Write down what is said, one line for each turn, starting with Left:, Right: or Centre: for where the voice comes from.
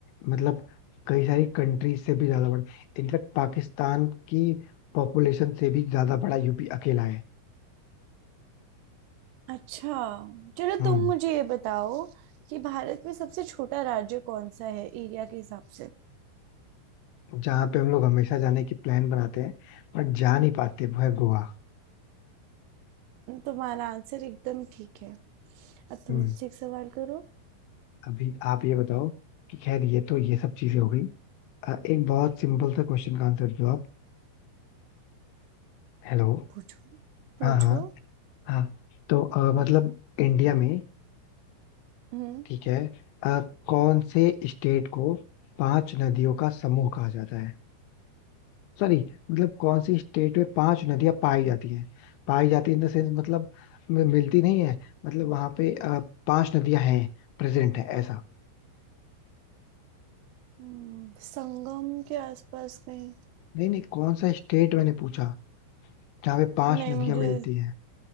Left: मतलब कई सारी कंट्रीज से भी ज्यादा बड़ा इनफैक्ट पाकिस्तान की पॉपुलेशन से भी ज्यादा बड़ा यूपी अकेला है
Right: अच्छा चलो
Left: हम्म
Right: तुम मुझे ये बताओ कि भारत में सबसे छोटा राज्य कौन सा है एरिया के हिसाब से
Left: जहाँ पे हम लोग हमेशा जाने की प्लान बनाते हैं बट जा नहीं पाते वो है गोवा
Right: तुम्हारा आंसर एकदम ठीक है अब तुम
Left: हम्म
Right: मुझसे एक सवाल करो
Left: अभी आप ये बताओ कि खैर ये तो ये सब चीजें हो गई अ, एक बहुत सिंपल सा क्वेश्चन का आंसर दो आप हेलो
Right: पूछो पूछो
Left: हाँ हाँ हाँ तो अ, मतलब इंडिया में
Right: हम्म,
Left: ठीक है अ, कौन से स्टेट को पांच नदियों का समूह कहा जाता है सॉरी मतलब कौन सी स्टेट में पांच नदियां पाई जाती हैं पाई जाती है इन द सेंस मतलब मि- मिलती नहीं है मतलब वहां पे अ, पांच नदियां हैं प्रेजेंट है ऐसा
Right: हम्म, संगम के आसपास कहीं
Left: नहीं नहीं कौन सा स्टेट मैंने पूछा जहाँ पे पांच
Right: नहीं
Left: नदियां
Right: मुझे
Left: मिलती हैं